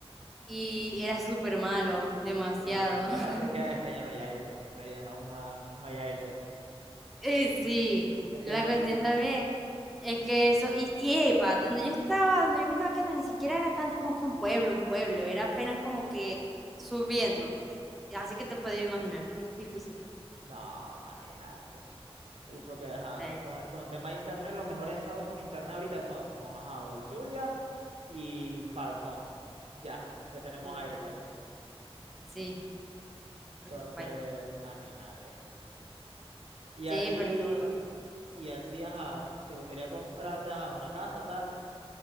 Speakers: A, in the centre; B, on the right.
A: y era súper malo, demasiado.
B: Sí, ya
A: <laughs>
B: pa- es que, es que ya no hay AirTech, en Mérida no, aún no, ha- no hay AirTech.
A: Eh, sí,
B: Es
A: la
B: que lo...
A: cuestión también es que eso, y, y epa, donde yo estaba, donde yo me estaba quedando, ni siquiera era tan como que un pueblo, un pueblo, era apenas como que subiendo, pues. Así que te puedes imaginar, es difícil.
B: No, imagínate. El, porque, ajá,
A: Sí,
B: con, con el tema de internet, los mejores estados con internet ahorita somos, ajá, Belzulia y Falcón. Ya, que tenemos
A: uh,
B: AirTech.
A: sí, para
B: Entonces,
A: que sepáis.
B: imagínate. Y
A: Sí,
B: así,
A: pero es duro.
B: y así, ajá, te gustaría comprarte, ajá, una casa, tal,